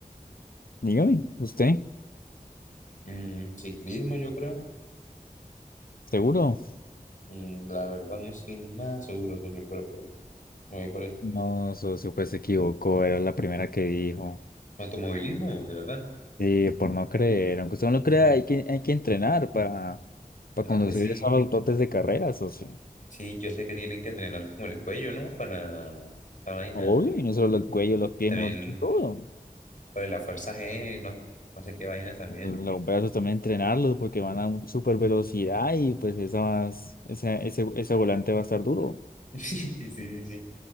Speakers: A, on the left; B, on the left.
A: Dígame, ¿usted?
B: Mm, ciclismo, yo creo.
A: ¿Seguro?
B: Mm, la verdad no estoy nada seguro, socio, pero pues, me voy por eso.
A: No, socio, pues se equivocó, era la primera que dijo.
B: Automovilismo, de verdad.
A: Sí, por no creer, aunque usted no lo
B: Mm,
A: crea, hay que, hay que entrenar para, para
B: no,
A: conducir
B: pues sí,
A: esos autotes de carreras, o sea,
B: sí, yo sé que tienen que entrenar como el cuello, ¿no? Para esta vaina.
A: obvio, y no solo el cuello, los pies,
B: Y también
A: mejor dicho, todo.
B: lo de la fuerza G, no, no sé qué vainas también.
A: Pues, Los brazos también entrenarlos porque van a una super velocidad y pues esas, ese, ese, ese volante va a estar duro.
B: <laughs> Sí, sí, sí.